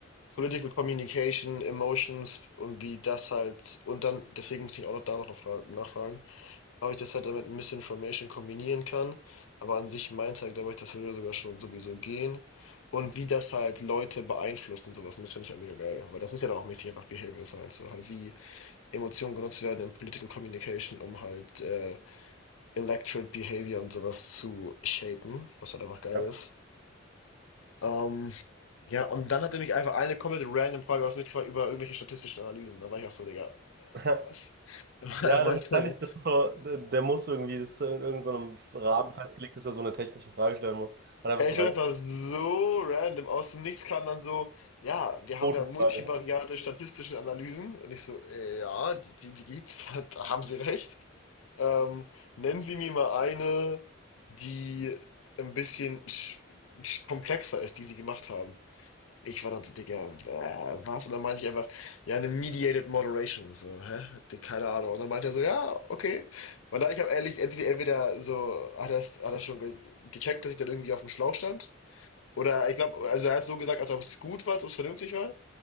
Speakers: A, on the left (about 80°); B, on the right (about 50°).
A: Political Communication, Emotions und wie das halt, und dann, deswegen muss ich auch noch da noch nachfragen, nachfragen ob ich das halt damit Misinformation kombinieren kann. Aber an sich meinte er, glaube ich, das würde sogar schon sowieso gehen. Und wie das halt Leute beeinflusst und sowas. Und das finde ich halt mega geil. Weil das ist ja dann auch mäßig einfach Behavioral Science. So halt wie Emotionen genutzt werden in Political Communication, um halt äh, Electorate Behavior und sowas zu shapen. Was halt einfach geil
B: Ja,
A: ist. Ähm, ja, und dann hat er mich einfach eine komplett random Frage aus dem Nichts gefragt über irgendwelche statistischen Analysen. Da war ich auch so, Digga, äh,
B: <laughs>
A: was? <laughs>
B: Ja,
A: Er meinte
B: der- wahrscheinlich,
A: dann
B: das ist so, der, der muss irgendwie, das ist in irgendeinem Rahmen festgelegt, dass er so eine technische Frage stellen muss. Hat einfach
A: Ey,
B: so
A: ich
B: rein.
A: finde, das war so random. Aus dem Nichts kam dann so, ja, wir haben
B: Quotenfrage.
A: ja multivariate statistische Analysen. Und ich so, äh, ja, die, die, die gibt's, <laughs> da haben Sie recht. Ähm, nennen Sie mir mal eine, die ein bisschen sch sch komplexer ist, die Sie gemacht haben. Ich war dann so, Digga, äh, was? Und dann meinte ich einfach, ja, eine Mediated Moderation. So, hä? Die- Keine Ahnung. Und dann meinte er so, ja, okay. Weil dann, ich habe ehrlich, entweder entweder so, hat er hat er schon ge gecheckt, dass ich dann irgendwie auf dem Schlauch stand. Oder ich glaube, also er hat so gesagt, als ob es gut war, als ob es vernünftig war.